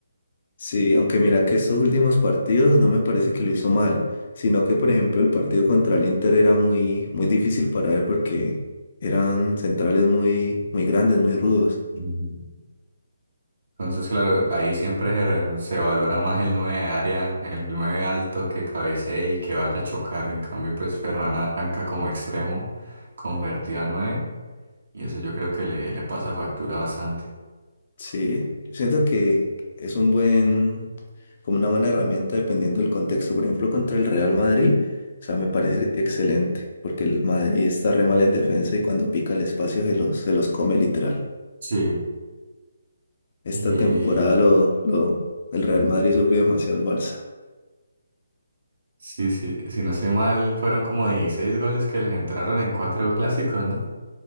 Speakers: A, on the left; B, on the right.
A: Sí, aunque mira que estos últimos partidos no me parece que lo hizo mal, sino que por ejemplo el partido contra el Inter era muy, muy difícil para él porque eran centrales muy, muy grandes, muy rudos.
B: Ujú. Entonces, claro, ahí siempre se, re- se valora más el 9 de área, el 9 alto que cabecee y que vaya a chocar. En cambio, pues Ferran arranca como extremo, convertido a 9, y eso yo creo que le, le pasa factura bastante.
A: Sí, yo siento que es un buen, como una buena herramienta dependiendo del contexto. Por ejemplo, contra el Real Madrid, o sea, me parece excelente, porque el Madrid está re mal en defensa y cuando pica el espacio se los, se los come literal.
B: Sí,
A: Esta
B: y
A: temporada lo, lo, el Real Madrid sufrió demasiado al Barça.
B: sí, sí, si no sé mal, fueron como 16 goles que les entraron en cuatro clásicos, ¿no?